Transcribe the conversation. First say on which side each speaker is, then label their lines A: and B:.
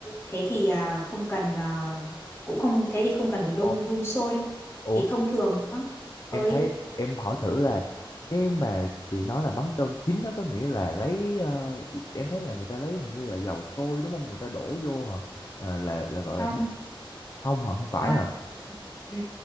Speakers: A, on the left; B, on the left.
A: thế thì à, không cần à, cũng không thế thì không cần phải đun
B: ồ
A: đun sôi đâu.
B: ủa
A: Thì thông thường đó. Ơi,
B: em thấy em hỏi thử là cái mà chị nói là mắm tôm chín nó có nghĩa là lấy ờ, em thấy là người ta lấy hình như là dầu sôi đúng không người ta đổ vô hả à, là là gọi
A: không
B: là bún không hả không phải
A: ha
B: hả
A: ừ.